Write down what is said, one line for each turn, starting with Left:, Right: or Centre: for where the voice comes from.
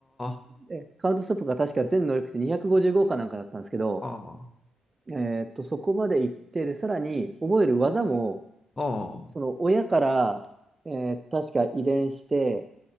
Left: は
Right: でカウントストップが確か全能力値255かなんかだったんですけど、
Left: あ、
Right: えっと、そこまで行って、で、さらに覚える技も、
Left: は
Right: その親から、えー確か遺伝して、